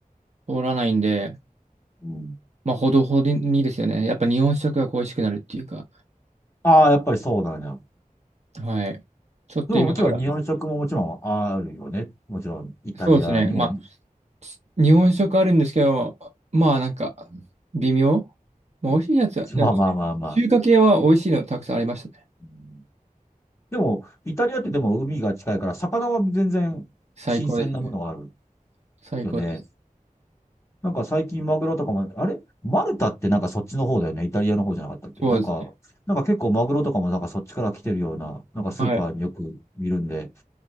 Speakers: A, on the right (about 50°); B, on the left (about 20°).
A: 通らないんで、
B: うん。
A: まあ、ほどほどにですよね。やっぱ日本食が恋しくなるっていうか、
B: ああ、やっぱりそうなんや。
A: はい。ちょっと今から、
B: でももちろん日本食ももちろんあるよね。もちろんイタリアにも。
A: そうですね。まあ、日本食あるんですけど、まあ、なんか、微妙。まあ、美味しいやつは、やつ中華系は美味しいのたくさんありましたね。
B: まあまあまあまあ。うんでも、イタリアってでも海が近いから、魚は全然新鮮なものがある
A: 最高ですね。最高です。
B: よね。なんか最近マグロとかも、あれマルタってなんかそっちの方だよね。イタリアの方じゃなかったっけなんか、
A: そうですね。
B: なんか結構マグロとかもなんかそっちから来てるような、なんかスーパーによく見るんで。
A: はい。